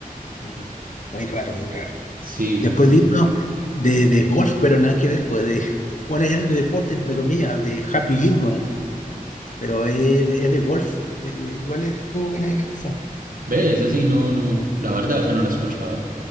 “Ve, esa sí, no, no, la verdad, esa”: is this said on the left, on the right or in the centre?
Right